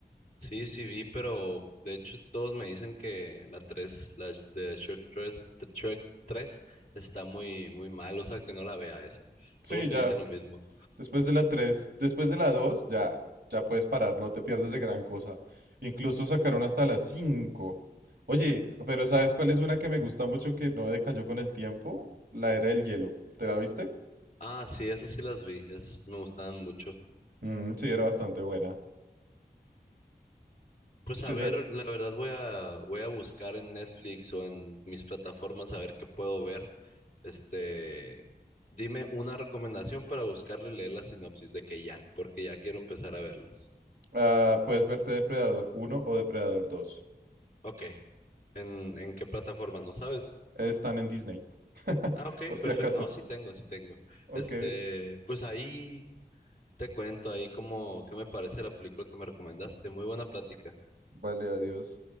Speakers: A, on the left; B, on the right.
A: Sí, sí vi, pero de hecho todos me dicen que la 3 la de Shrek 3 de Shrek 3 está muy, muy mal, o sea que no la vea esa.
B: Sí,
A: Todos me
B: ya.
A: dicen lo mismo.
B: Después de la 3, después de la 2, ya, ya puedes parar, no te pierdes de gran cosa. Incluso sacaron hasta la 5. Oye, pero ¿sabes cuál es una que me gusta mucho que no decayó con el tiempo? La Era del Hielo. ¿Te la viste?
A: Ah, sí, esas sí las vi, esas me gustaban mucho.
B: Mm, sí, era bastante buena.
A: Pues
B: Después,
A: a ver,
B: eh,
A: la verdad voy a voy a buscar en Netflix o en mis plataformas a ver qué puedo ver. Este, dime una recomendación para buscarle leer la sinopsis de que ya, porque ya quiero empezar a verlas.
B: ah, puedes verte Depredador uno o Depredador dos.
A: Ok. ¿En, en qué plataforma? ¿No sabes?
B: Están en Disney, <laughs>
A: Ah, ok,
B: por si
A: perfecto.
B: acaso.
A: No, sí tengo, sí tengo.
B: Ok,
A: Este, pues ahí te cuento ahí como qué me parece la película que me recomendaste. Muy buena plática.
B: vale, adiós.